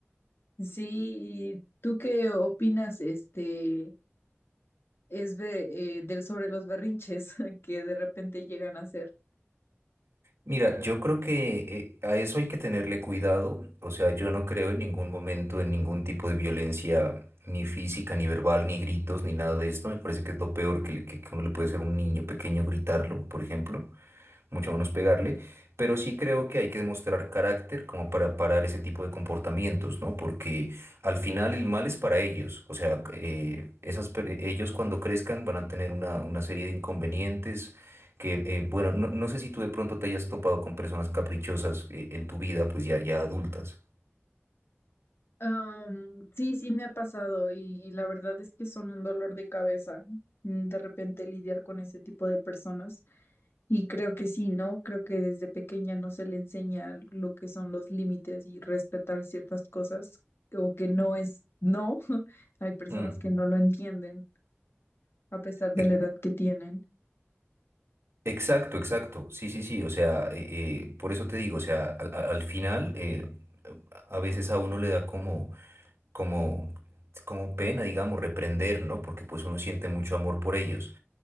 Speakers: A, on the left (about 60°); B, on the right (about 75°).
A: Sí, ¿y ¿tú qué opinas, este, es de, eh, del sobre los berrinches <laughs> que de repente llegan a hacer?
B: Mira, yo creo que eh, a eso hay que tenerle cuidado. O sea, yo no creo en ningún momento en ningún tipo de violencia, ni física, ni verbal, ni gritos, ni nada de esto. Me parece que es lo peor que, le- que que uno le puede hacer a un niño pequeño gritarlo, por ejemplo mucho menos pegarle, pero sí creo que hay que demostrar carácter como para parar ese tipo de comportamientos, ¿no? Porque al final el mal es para ellos, o sea, eh, esas, per- ellos cuando crezcan van a tener una, una serie de inconvenientes que, eh, bueno, no, no sé si tú de pronto te hayas topado con personas caprichosas, eh, en tu vida, pues ya, ya adultas.
A: Am, sí, sí me ha pasado y, y la verdad es que son un dolor de cabeza mm, de repente lidiar con ese tipo de personas y creo que sí, ¿no? Creo que desde pequeña no se le enseña lo que son los límites y respetar ciertas cosas o que no es no. <laughs> Hay personas
B: Mm.
A: que no lo entienden a pesar de
B: E-
A: la edad que tienen.
B: Exacto, exacto. Sí, sí, sí. O sea, eh, eh, por eso te digo, o sea, al, al- final eh, a veces a uno le da como como, como pena, digamos, reprender, ¿no? Porque pues uno siente mucho amor por ellos,